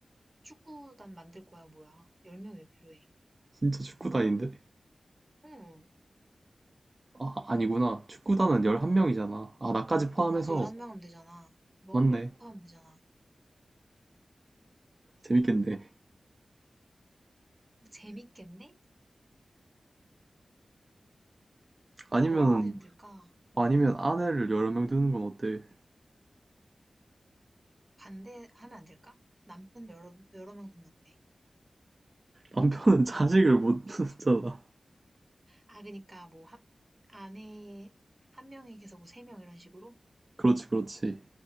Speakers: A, on the right; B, on the right.
A: 축구단 만들 거야, 뭐야. 10명 왜 필요해?
B: 진짜 축구단인데?
A: 응,
B: 아, 아니구나. 축구단은 11명이잖아. 아, 나까지 포함해서.
A: 너까지 11명 하면 되잖아. 너가
B: 맞네.
A: 골키퍼 하면 되잖아. 어,
B: 재밌겠네.
A: 재밌겠네?
B: 아니면,
A: 아, 얼마나 힘들까?
B: 아니면
A: 응,
B: 아내를 여러 명 두는 건 어때?
A: 반대하면 안 될까? 남편 여러, 여러 명 두면 어때?
B: 남편은 <laughs> 자식을 못 두잖아.
A: 아, 그니까 뭐, 합, 아내 한 명에게서 뭐 세 명 이런 식으로?
B: 그렇지, 그렇지.